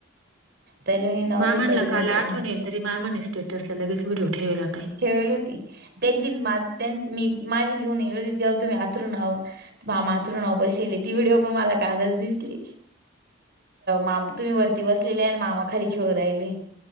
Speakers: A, on the right; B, on the right.
A: तरी मी नव्हतो
B: मामनला
A: तरी मी
B: काल
A: पण
B: आठवन यालती तरी मामांनी स्टेटस ला लगेच व्हिडिओ ठेवेला
A: ठेवले होती त्यांची मा त्ये मी माझी घेऊन येवढिच ईच्छा होती तुम्ही आतरून हवं मामा हातरुना व बशीली ती व्हिडिओ पण मला कालच दिसली मामा तुम्ही वरती बसलेले आणि मामा खाली खेळू राहिले.